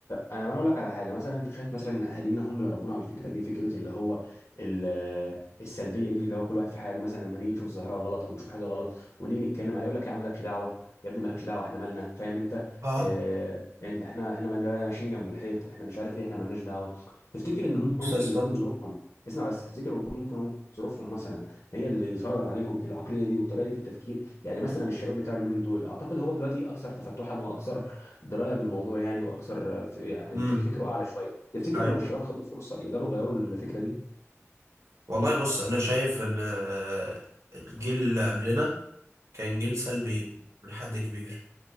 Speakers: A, on the left; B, on the right.
A: انا ما اقول لك على حاجه مثلا انت شايف مثلا ان اهالينا هم اللي ربونا على الفكره دي فكره اللي هو ال- السلبيه دي اللي هو كل واحد في حاله مثلا لما نيجي نشوف ظاهره غلط او نشوف حاجه غلط ونيجي نتكلم عليها يقول لك يا عم مالكش دعوه يا ابني مالكش دعوه احنا مالنا فاهم انت
B: اه
A: اه انت احنا احنا مالنا ماشيين جنب الحيط احنا مش عارف ايه احنا مالناش دعوه تفتكر ان هم
B: بص
A: ممكن
B: يا اسطى
A: يكون ظروفهم اسمع بس تفتكر ممكن ممكن هم ظروفهم مثلا هي اللي فرضت عليهم العقليه دي والطريقه دي في التفكير يعني مثلا الشباب بتاع اليومين دول اعتقد هو دلوقتي اكثر تفتحا واكثر درايه بالموضوع يعني واكثر آه، ف- يعني
B: امم
A: الفك فكره اعلى شويه تفتكر
B: ايوه
A: لو الشباب خدوا فرصه يقدروا يغيروا الفكره دي
B: والله بص انا شايف ان آه، الجيل اللي قبلنا كان جيل سلبي لحد كبير